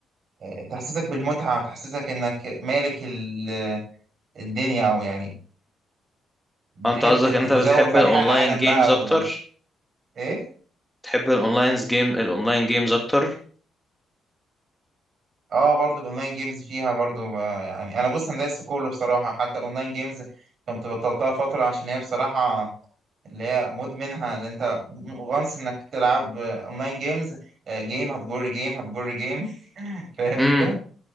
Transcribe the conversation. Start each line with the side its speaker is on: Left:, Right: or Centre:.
Right: آه، تحسسك بالمتعة تحسسك إنك مالك ال- الدنيا أو يعني بتحب
Centre: هو انت قصدك
Right: تتجول
Centre: ان انت بتحب
Right: في
Centre: الاونلاين
Right: أنحاء العالم
Centre: جيمز
Right: بقى
Centre: اكتر
Right: و... إيه؟
Centre: بتحب الاونلاين جيم الاونلاين جيمز اكتر
Right: آه برضو الأونلاين جيمز فيها برضو ب- يعني أنا بص أنا دايس في كله بصراحة حتى الأونلاين جيمز كنت بطلتها فترة عشان هي بصراحة اللي هي مدمنها اللي أنت وانس إنك تلعب أونلاين جيمز آه، جيم هتجر جيم هتجر جيم <laughs> فاهم أنت؟
Centre: امم